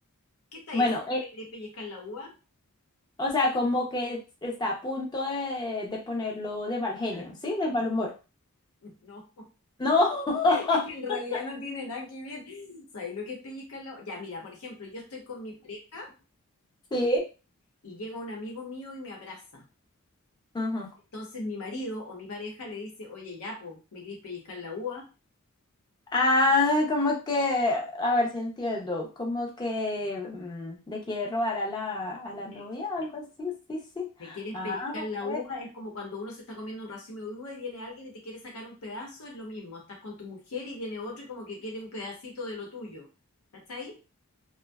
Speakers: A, on the left; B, on the left.
A: ¿Qué estáis
B: Bueno,
A: haciendo? ¿Me quieres pellizcar la uva?
B: O sea, como que está a punto de, de ponerlo de mal genio,
A: <laughs>
B: ¿sí? De mal humor.
A: No,
B: No. <laughs>
A: es que en realidad no tiene nada que ver. ¿Sabes lo que es pellizcar la uva? Ya, mira, por ejemplo, yo estoy con mi pareja
B: Sí.
A: y llega un amigo mío y me abraza.
B: Ujú.
A: Entonces mi marido o mi pareja le dice, oye, ya, po, ¿me quieres pellizcar la uva?
B: Ah, como que, a ver si entiendo, como que mm, le quiere robar a la, a la novia
A: Ex-
B: o
A: ah,
B: algo así, sí, sí.
A: ¿Me quieres
B: Ah,
A: pellizcar
B: ok.
A: la uva? Es como cuando uno se está comiendo un racimo de uva y viene alguien y te quiere sacar un pedazo, es lo mismo. Estás con tu mujer y viene otro y como que quiere un pedacito de lo tuyo. ¿Cachai?